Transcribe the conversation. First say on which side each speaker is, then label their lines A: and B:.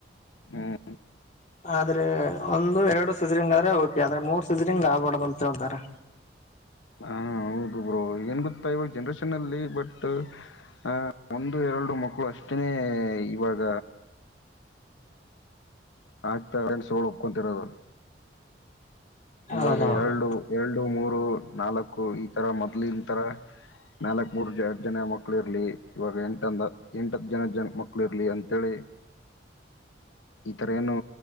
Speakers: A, on the left; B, on the left.
A: ಹ್ಮ್
B: ಆದ್ರೆ ಒಂದ ಇ ಎರಡು ಸೀಜರಿಂಗ ಆದ್ರೆ ಓಕೆ ಆದ್ರೆ ಮೂರ್ ಸೀಜರಿಂಗ ಆಗ್ಬಾರದು ಅಂತಾರೆ.
A: ಹಾ ಹೌದು ಬ್ರೋ ಏನ್ ಗೊತ್ತಾ ಇವಾಗ ಜನ್ರೇಷನ್ ಅಲ್ಲಿ ಬಟ್ ಆ ಒಂದು ಎರಡು ಮಕ್ಕಳು ಅಷ್ಟೇನೇ ಇವಾಗ ಆಗ್ತಾ ಪೇರೆಂಟ್ಸ್ ಒಪ್ಕೊತಿರೋದು. ಇವಾಗ
B: ಹೌದೌದು
A: ಎರಡು ಎರಡು ಮೂರು ನಾಲ್ಕು ಈತರ ಮೊದ್ಲಿನ ತರ ನಾಲ್ಕ್ ಮೂರ್ ಜ ಜನ ಮಕ್ಳು ಇರ್ಲಿ ಇವಾಗ ಎಂಟಂದ ಎಂಟತ್ ಜನ ಜ ಮಕ್ಳು ಇರ್ಲಿ ಅಂತೇಳಿ
B: <inaudible>
A: ಈಥರ ಏನು